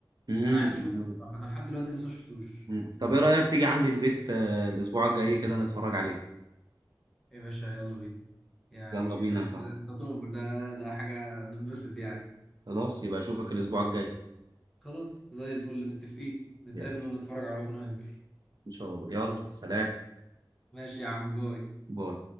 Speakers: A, on the right; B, in the centre.
A: مم.
B: انا عايز اشوفه
A: كان حلو
B: بصراحه انا لحد دلوقتي لسه ما شفتوش
A: مم. طب ايه رأيك تيجي عندي البيت آه الاسبوع الجاي كده نتفرج عليه
B: ايه يا باشا يلا بينا يعني
A: يلا بينا
B: بس
A: يا صاحبي
B: كده انت تؤمر ده ده حاجه ننبسط يعني
A: خلاص يبقى اشوفك الاسبوع الجاي
B: خلاص زي الفل متفقين نتقابل
A: يعني
B: ونتفرج على اوبنهايمر
A: ان شاء الله يلا سلام
B: ماشي يا عم باي
A: باي